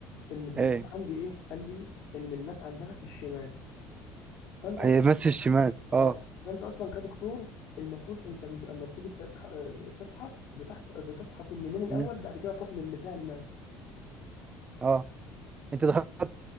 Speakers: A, on the left; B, on the right.
A: ان الدكتور
B: ايه
A: عندي ايه قال لي ان الماس عندها في الشمال فانت اصلا
B: هي ماس في الشمال اه
A: اه فانت اصلا كدكتور المفروض انت م- لما بتيجي تتح- آه، تفحص بتحف- بتفحص اليمين الاول
B: مم.
A: بعد كده تروح للي فيها الماس
B: اه انت دخلت